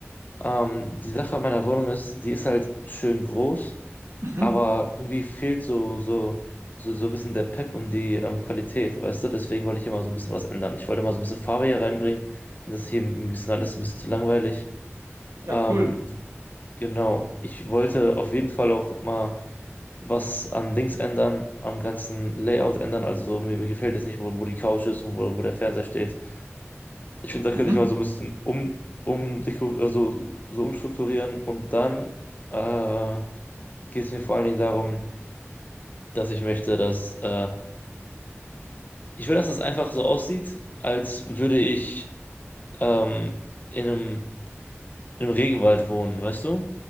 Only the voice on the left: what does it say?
Ähm, die Sache an meiner Wohnung ist, die ist halt schön groß,
aber irgendwie fehlt so, so, so, so ein bisschen der Pep und die ähm, Qualität, weißt du? Deswegen wollte ich immer so ein bisschen was ändern. Ich wollte mal so ein bisschen Farbe hier reinbringen. Ich finde das hier ein bisschen alles ein bisschen zu langweilig.
Ähm,
genau. Ich wollte auf jeden Fall auch mal. was an Dings ändern, am ganzen Layout ändern. Also so, mir, mir gefällt jetzt nicht, wo, wo die Couch ist und wo, wo der Fernseher steht. Ich finde, da
könnte ich mal so ein bisschen um, um, also, so so umstrukturieren. Und dann äh, geht es mir vor allen Dingen darum, dass ich möchte, dass äh, ich will, dass das einfach so aussieht, als würde ich ähm, in einem, in einem Regenwald wohnen, weißt du?